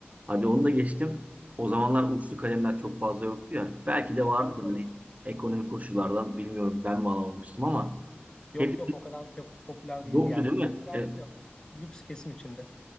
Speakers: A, on the right; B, on the left.
A: Hadi onu da geçtim. O zamanlar uçlu kalemler çok fazla yoktu ya. Belki de vardı
B: Tabii tabii.
A: da hani ekonomik koşullardan bilmiyorum ben mi alamamıştım ama
B: Yok
A: hep
B: yok o kadar pe- popüler
A: yoktu
B: değil ya.
A: değil
B: Bu Popülerdi
A: mi? E,
B: de lüks kesim içinde.